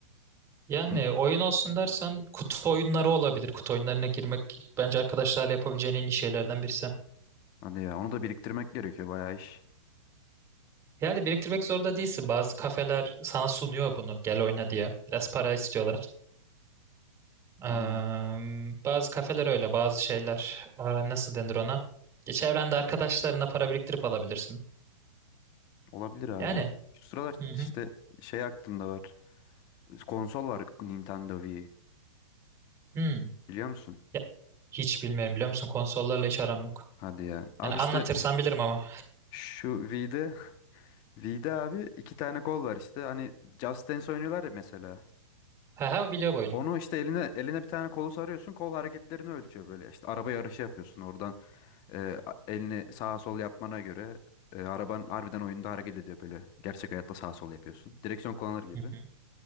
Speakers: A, on the right; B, on the left.
A: Yani
B: Hı,
A: oyun olsun dersen kutu oyunları olabilir. Kutu oyunlarına girmek bence arkadaşlarla yapabileceğin en iyi şeylerden birisi.
B: Hadi ya onu da biriktirmek gerekiyor bayağı iş.
A: Yani biriktirmek zorunda değilsin. Bazı kafeler sana sunuyor bunu gel oyna diye. Biraz para istiyorlar. Eee,
B: Hmm,
A: bazı kafeler öyle, bazı şeyler. Aa, nasıl denir ona? E, Çevrende arkadaşlarına para biriktirip alabilirsin.
B: olabilir abi
A: Yani.
B: ya. Şu sıralar
A: Hı hı.
B: işte şey aklımda var. Konsol var Nintendo Wii.
A: Hmm.
B: Biliyor musun?
A: Ya, hiç bilmiyorum biliyor musun? Konsollarla hiç aram yok.
B: Hadi ya. Abi
A: Yani anlatırsan
B: işte
A: bilirim ama.
B: şu V'de <laughs> V'de abi iki tane kol var işte. Hani Just Dance oynuyorlar ya mesela.
A: Ha ha biliyor boylu.
B: Onu işte eline eline bir tane kolu sarıyorsun. Kol hareketlerini ölçüyor böyle. İşte araba yarışı yapıyorsun oradan. e, a- elini sağa sol yapmana göre e, araban harbiden oyunda hareket ediyor böyle. Gerçek hayatta sağa sol yapıyorsun. Direksiyon kullanır gibi.
A: Hı hı.